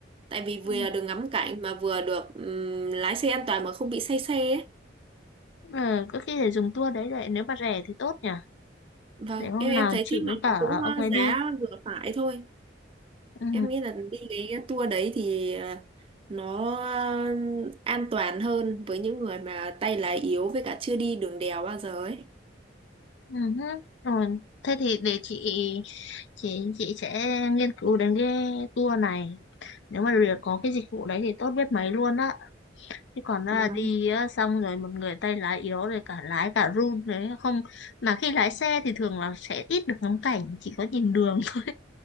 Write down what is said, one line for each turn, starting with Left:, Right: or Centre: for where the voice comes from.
Right: tại vì
Left: Ừ.
Right: vừa được ngắm cảnh mà vừa được ừm, lái xe an toàn mà không bị say xe ấy.
Left: Ờ, có khi để dùng tour đấy vậy nếu mà rẻ thì tốt nhỉ.
Right: Vâng
Left: Để hôm
Right: em em
Left: nào
Right: thấy
Left: chị
Right: chắc là
Left: với cả
Right: nó cũng ờ,
Left: ông ấy
Right: giá
Left: đi.
Right: vừa phải thôi
Left: Ừ.
Right: em nghĩ là đi cái tour đấy thì à, nó à, an toàn hơn với những người mà tay lái yếu với cả chưa đi đường đèo bao giờ ấy
Left: Ừ. ừ. Rồi, thế thì để chị chị chị sẽ nghiên cứu đến cái tour này nếu mà được có cái dịch vụ đấy thì tốt biết mấy luôn á chứ còn là
Right: Vâng.
Left: đi á, xong rồi một người tay lái yếu rồi cả lái cả run đấy không mà khi lái xe thì thường là sẽ ít được ngắm cảnh chỉ có nhìn đường <laughs> thôi